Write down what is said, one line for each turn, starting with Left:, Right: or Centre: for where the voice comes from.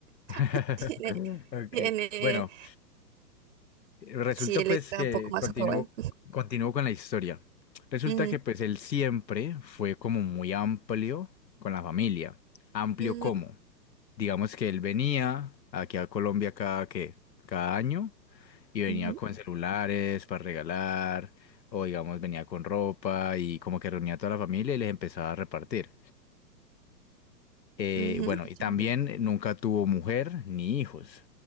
Left: <laughs>
Right: <laughs> tiene,
Left: Ok,
Right: tiene,
Left: bueno, resulta
Right: sí, él
Left: pues
Right: está
Left: que
Right: un poco más
Left: continúo,
Right: joven.
Left: continúo con la historia. Resulta
Right: Ujú,
Left: que pues él siempre fue como muy amplio con la familia. ¿Amplio
Right: ujú,
Left: como, Digamos que él venía aquí a Colombia cada, ¿qué? cada año y venía
Right: ujú,
Left: con celulares para regalar o digamos venía con ropa y como que reunía a toda la familia y les empezaba a repartir. Eh,
Right: Ujú,
Left: bueno,
Right: qué
Left: y
Right: chévere.
Left: también nunca tuvo mujer ni hijos.